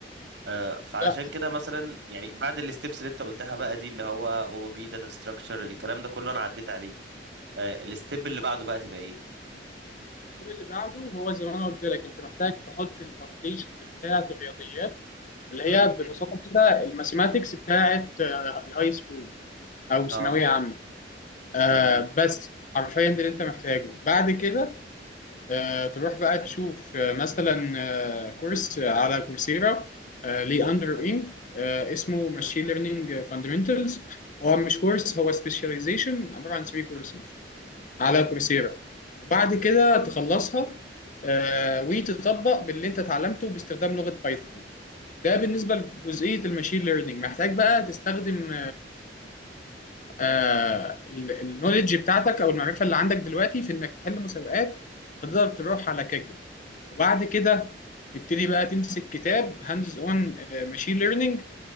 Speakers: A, on the right; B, on the left.
A: آه، فعلشان
B: لا
A: كده مثلا يعني بعد الستبس اللي انت قلتها بقى دي اللي هو او بي داتا ستراكشر الكلام ده كله انا عديت عليه آه، الستيب اللي بعده بقى تبقى ايه
B: الاستيب اللي بعده هو زي ما انا قلت لك انت محتاج تحط الفاونديشنز بتاعه الرياضيات اللي هي
A: مم.
B: ببساطه كده الماثيماتكس بتاعه آه، الهاي سكول او ثانويه
A: اه
B: عامه آه
A: تمام
B: بس حرفيا ده اللي انت محتاجه بعد كده آه، تروح بقى تشوف آه، مثلا آه، كورس آه، على كورسيرا آه، ليه اندر انج آه، اسمه ماشين ليرنينج فاندمنتالز هو مش كورس هو سبيشاليزيشن عباره عن 3
A: مم.
B: كورسز على كورسيرا وبعد كده تخلصها آه، وتطبق باللي انت اتعلمته باستخدام لغه بايثون ده بالنسبه لجزئيه الماشين ليرنينج محتاج بقى تستخدم آه النولج بتاعتك او المعرفه اللي عندك دلوقتي في انك تحل مسابقات تقدر تروح على كاجل وبعد كده تبتدي بقى تمسك كتاب هاندز اون ماشين ليرنينج